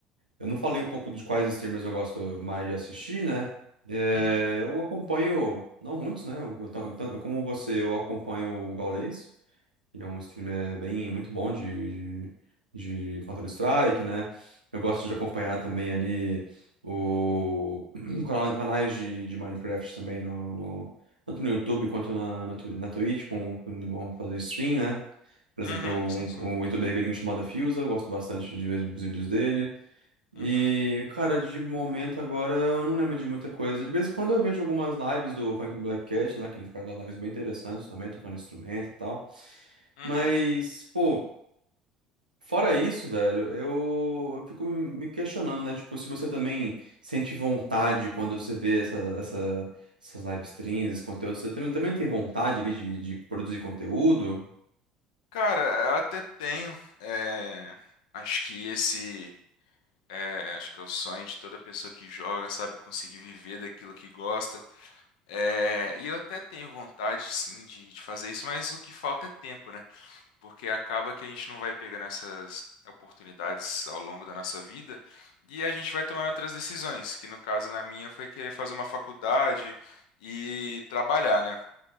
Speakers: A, on the right; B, on the left.
A: eu não falei um pouco de quais streamers eu gosto mais de assistir, né? Eh,
B: uhum,
A: eu acompanho, não muitos, né? Eu- eu- tanto como você, eu acompanho o Gaules. Ele é um streamer bem, muito bom de, de, de Counter-Strike, né? Eu gosto de acompanhar também ali o <clears throat> canal- canais de, de Minecraft também, no, no- tanto no YouTube quanto na, na, Twi- na Twitch, com, quando vão fazer stream, né? Por exemplo,
B: uhum,
A: um,
B: sim, sim.
A: um youtuber gringo chamado Fusa, eu gosto bastante de ver os vídeos dele. E,
B: Uhum,
A: cara, de momento agora eu não lembro de muita coisa. De vez em quando eu vejo algumas lives do Funk Black Cat lá, que ele faz umas lives bem interessantes também, tocando instrumento e tal.
B: uhum.
A: Mas, pô, fora isso, velho, eu eu fico me questionando, né? Tipo, se você também sente vontade quando você vê essa, essa- essas live streams, esse conteúdo, você também, também tem vontade ali de, de produzir conteúdo?
B: Cara, eu até tenho. é, acho que esse. é, acho que é o sonho de toda pessoa que joga, sabe? Conseguir viver daquilo que gosta. É, e eu até tenho vontade, sim, de, de fazer isso, mas o que falta é tempo, né? porque acaba que a gente não vai pegando essas oportunidades ao longo da nossa vida e a gente vai tomando outras decisões, que no caso na minha foi querer fazer uma faculdade e trabalhar, né?